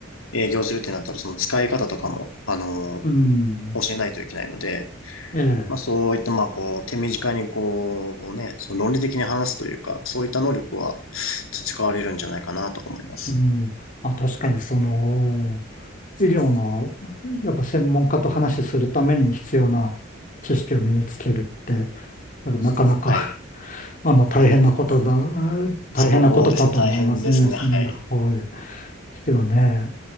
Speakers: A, on the left (about 80°); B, on the left (about 40°).
A: 営業するってなったら、その使い方とかも、あの、
B: うん、
A: 教えないといけないので、
B: ええ、
A: まあそういった、まあこう、手短にこうね、その論理的に話すというか、そういった能力は培われるんじゃないかなと思います。
B: うん、あ、確かにその、医療の、やっぱ専門家と話しするために必要な知識を身につけるって、やっぱなかなか
A: はい。
B: <laughs> あの、大変なことだ、大変なことかと思いますね。
A: そうですね、大変ですね、
B: そんな、
A: はい。
B: はい。でもね、